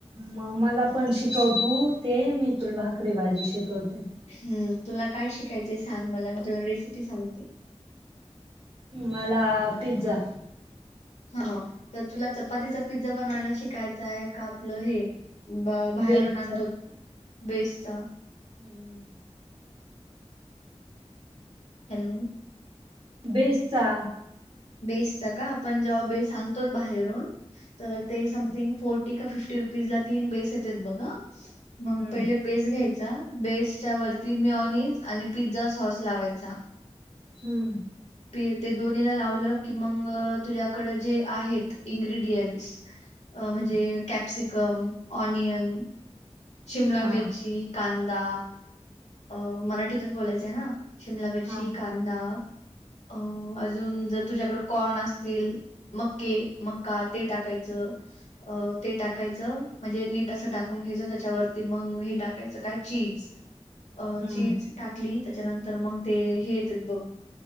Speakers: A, on the right; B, on the left.
A: मग मला पण शिकव तू, ते. मी तुला भाकरी - भाजी शिकवते.
B: हम्, तुला काय शिकायचंय सांग, मला. मी तुला रेसिपी सांगते.
A: मला आ पिझ्झा.
B: हा, तर तुला चपातीचा पिझ्झा बनवायला शिकायचाय का? आपलं हे ब बाहेरून
A: बेसचा
B: आणतोत, बेसचा.
A: हम्मम.
B: हॅलो.
A: बेसचा.
B: बेसच का? आपण जेव्हा बेस आणतो बाहेरून. तर ते
A: हम्म
B: समथिंग फोर्टी का फिफ्टी रुपीज ला तीन बेस येतेत बघ, आ. मग
A: हम्म
B: पहिले बेस घ्यायचा, बेसच्या वरती मॉनीज आणि पिझ्झा सॉस लावायचा.
A: हम्म.
B: पि ते दोन्हीला लावलं की मग, तुझ्याकडं जे आहेत. इन्ग्र्रीडियंट्स अ म्हणजे
A: हम्म
B: कॅप्सिकम, ऑनियन शिमला
A: हा
B: मिरची, कांदा अ मराठीतून बोलायचय ना. शिमला मिरची,
A: हा
B: कांदा अ अजून, जर तुझ्याकडे कॉर्न असतील मक्के, मक्का ते टाकायचं. अ ते टाकायचं. म्हणजे नीट असं टाकून घ्यायचं. त्या त्याच्यावरती मग हे टाकायचं. काय चीज.
A: हम्म
B: चीज टाकली. त्याच्यानंतर मग ते हे येतेत बघ.